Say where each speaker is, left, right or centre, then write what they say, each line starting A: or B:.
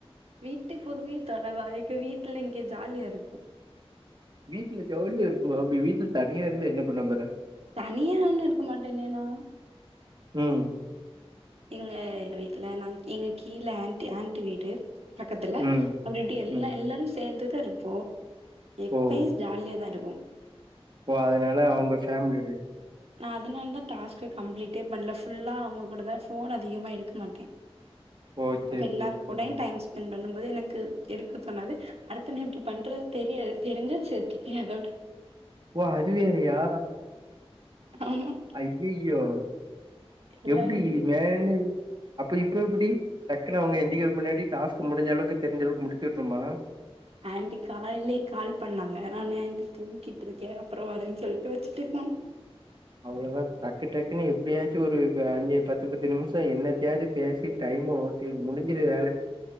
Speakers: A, on the right; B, on the right.
A: வீட்டுக்குள்ளியே தொலவா எங்க வீட்டுல இங்க ஜாலியா இருக்கு
B: வீட்டுல ஜாலியா இருக்குமா அப்டி வீட்டுல தனியா இருந்து என்ன பண்ணபோற
A: தனியா ஒன்னு இருக்க மாட்டனே நா
B: ம்
A: எங்க வீட்டில நாங் எங்க கீழ ஆன்ட்டி ஆண்ட்டி வீடு பக்கத்துல
B: ம்
A: அப்றோ எப்டி எல்லா
B: ம்
A: எல்லாரு சேந்துதா இருப்போ எப்பியு
B: ஓ
A: ஜாலியா தா இருக்கு
B: ஓ அதனால அவுங்க ஃபேமிலியோட
A: நா அதனாலதா டாஸ்கு கம்ப்ளீட்டே பண்ல ஃபுல்லா அவுங்க கூடதா ஃபோன் அதிகமா எடுக்க மாட்டே
B: ஓ சேரி
A: அப்ப எல்லாரு
B: சேரி
A: கூடயு
B: சேரி
A: டைம் ஸ்பெண்ட் பண்ணும்போது எனக்கு எடுக்க தோணாது அடுத்து நா இப்டி பண்றது தெரியாது தெரிஞ்சா செத்துருப்பிங்க அதோட
B: ஓ அதுவேறயா
A: ஆமா
B: ஐயயோ
A: எல்லா
B: எப்டி
A: எடத்துலயு
B: மேனேஜ் அப்ப இப்ப எப்டி டக்குன்னு அவுங்க எந்திக்றதுக்கு முன்னாடி டாஸ்க் முடிஞ்ச அளவுக்கு தெரிஞ்சளவுக்கு முடித்து விட்ருமா
A: ஆன்டி காலைலயே கால் பண்ணாங்க நானு ஆன்டி தூங்கிட்டுருக்கே அப்றோ வரேன்னு சொல்ட்டு வச்சுட்டே ஃபோன
B: அவ்ளோதா டக்கு டக்குன்னு எப்டியாச்சு ஒரு வ அஞ்சு பத்து பத்து நிம்ஷோ என்னத்தயாது பேசி டைம் ஓட்டி முடிஞ்சுது வேல